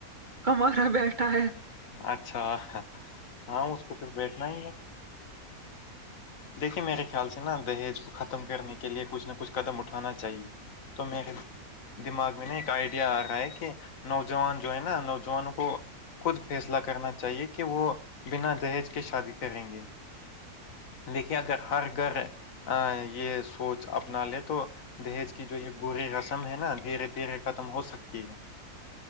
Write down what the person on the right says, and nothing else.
کوارا بیٹھا ہے